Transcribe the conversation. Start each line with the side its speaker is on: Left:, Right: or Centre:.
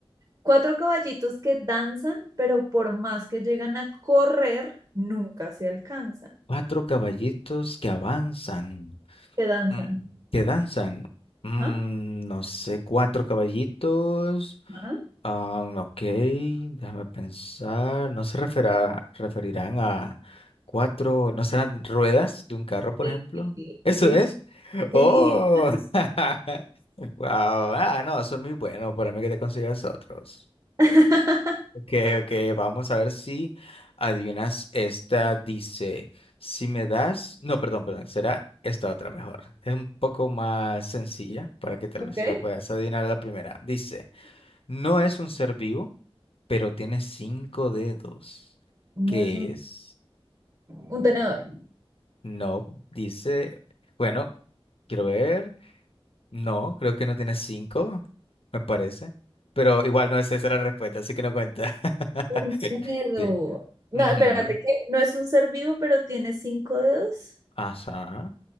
Right: Cuatro caballitos que danzan, pero por más que llegan a correr, nunca se alcanzan.
Left: Cuatro caballitos que avanzan.
Right: Que danzan.
Left: Mm, ¿Qué danzan? Mm,
Right: Ajá,
Left: no sé, cuatro caballitos.
Right: ajá.
Left: Ah, mm, ok, déjame pensar. No se referá- referirán a cuatro, ¿no serán ruedas de un carro, por
Right: Sí,
Left: ejemplo?
Right: sí,
Left: <laughs> ¿Eso
Right: sí.
Left: es?
Right: sí.
Left: ¡Oh! <laughs> ¡Wow! Ah, no, eso es muy bueno para mí que te consigas otros.
Right: <laughs>
Left: Ok, ok, vamos a ver si adivinas esta. Dice, si me das, no, perdón, perdón, será esta otra mejor. Es un poco más sencilla para que tal
Right: Ok.
Left: vez la puedas adivinar a la primera. Dice, no es un ser vivo, pero tiene cinco dedos.
Right: Ok.
Left: ¿Qué es?
Right: Un tenedor.
Left: No, dice, bueno, quiero ver. No, creo que no tiene cinco, me parece. Pero igual no es esa la respuesta, así que no cuenta. <laughs>
Right: Un tenedor.
Left: Sí.
Right: No,
Left: Ujú.
Right: espérate, que no es un ser vivo, pero tiene cinco dedos.
Left: Ajá.